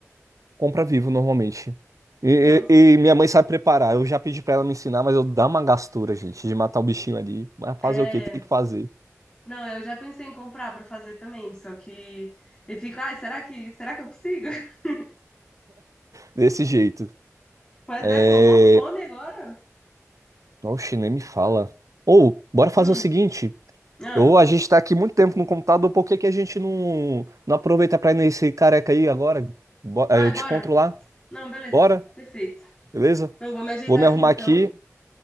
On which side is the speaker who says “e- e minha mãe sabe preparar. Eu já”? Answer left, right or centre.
Right